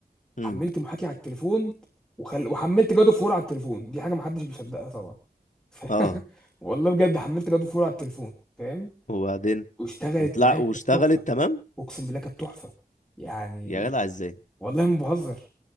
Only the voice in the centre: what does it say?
حملت محاكي على التليفون وخل... وحملت جادو فور على التليفون دي حاجة محدش بيصدقها طبعا <laughs> ف...
والله بجد حملت جادو فور على التليفون فاهم
واشتغلت
معايا
كانت تحفة
اقسم بالله كانت تحفه يعني
والله ما بهزر